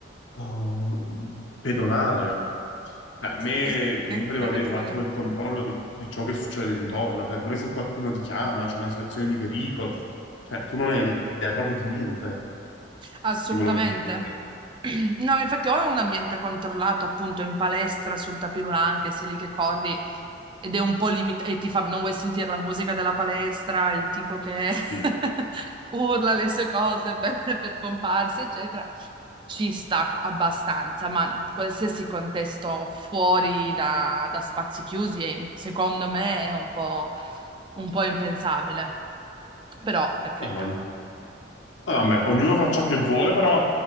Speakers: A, on the left (about 70°); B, on the right (about 25°).
A: eh, pedonale, Cioè, a me
B: Sì, sì, sì,
A: comunque devo
B: hai
A: avere
B: ragione.
A: un attimo il controllo di, di ciò che succede intorno, cioè pure se qualcuno ti chiama, c'è una situazione di pericolo, cioè tu non hai idea proprio di niente
B: Assolutamente.
A: di quello che ti succede.
B: <clears throat> No, ma infatti o è un ambiente controllato appunto in palestra sul tapis roulant che sei lì che corri ed è un po' limitato e ti fa non vuoi sentire la musica della palestra, il tipo che
A: Sì.
B: <laughs> urla le sue cose per, per pomparsi, eccetera. Ci sta abbastanza, ma qualsiasi contesto fuori da, da spazi chiusi, è- secondo me, è un po', un po' impensabile. Però, per carità,
A: No, no, Vabbè, ognuno fa ciò che vuole, però